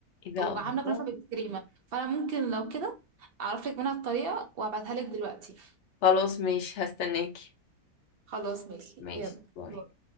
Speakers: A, on the left; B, on the right.
A: ايه ده
B: وعامله
A: الله.
B: كنافه بالكريمه فانا ممكن لو كده اعرف لك منها الطريقه وابعتها لك دلوقتي
A: خلاص ماشي هستناكي
B: خلاص ماشي
A: ماشي
B: يلا
A: باي
B: باي.